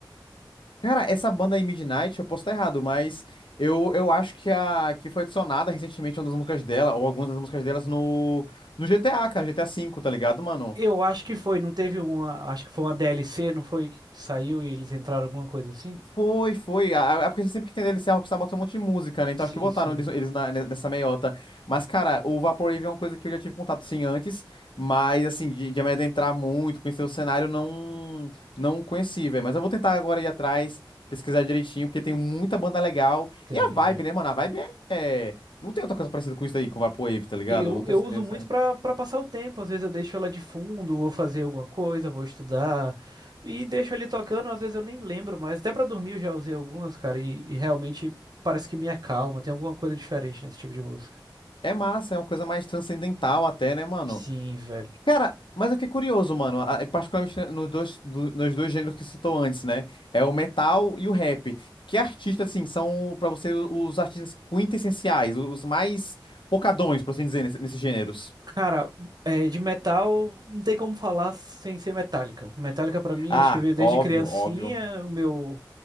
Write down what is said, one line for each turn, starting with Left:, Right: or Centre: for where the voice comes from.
Left: Cara, essa banda aí, Midnight, eu posso estar errado, mas eu, eu acho que, a, que foi adicionada recentemente uma das músicas dela, ou algumas das músicas delas, no, no GTA, cara, GTA V, tá ligado, mano?
Right: Eu acho que foi, não teve uma, acho que foi uma DLC, não foi que que saiu e eles entraram alguma coisa assim?
Left: Foi, foi. Ah, É porque sempre que tem DLC, a Rockstar bota um monte de música, né? Então
Right: Sim,
Left: acho que botaram
Right: sim,
Left: eles, eles na- nessa meiota. Mas, cara, o Vaporwave é uma coisa que eu já tive contato sim antes, mas assim, de, de me adentrar muito, conhecer o cenário, não não conheci, velho. Mas eu vou tentar agora ir atrás, pesquisar direitinho, porque tem muita banda legal.
Right: tem,
Left: E a vibe, né, mano? A vibe é. é- Não tem outra coisa parecida com isso aí, com o Vaporwave, tá ligado?
Right: Eu,
Left: Não tem...
Right: eu
Left: essa-
Right: uso muito
Left: essa-
Right: para para passar o tempo. Às vezes eu deixo ela de fundo, vou fazer alguma coisa, vou estudar e deixo ali tocando. Às vezes eu nem lembro mais. Até para dormir eu já usei algumas, cara, e, e realmente parece que me acalma. Tem alguma coisa diferente nesse tipo de música.
Left: É massa, é uma coisa mais transcendental até, né, mano?
Right: Sim, velho.
Left: Cara, mas eu fiquei curioso, mano. a- a- Particularmente nos dois, do- nos dois gêneros que você citou antes, né? É o metal e o rap. Que artistas, assim, são pra você o- os artistas quintessenciais, os mais pocadões, por assim dizer, nesse- nesses gêneros?
Right: Cara, é, de metal não tem como falar sem ser Metallica. Metallica pra mim
Left: Ah,
Right: acho que veio desde
Left: óbvio,
Right: criancinha.
Left: óbvio.
Right: O meu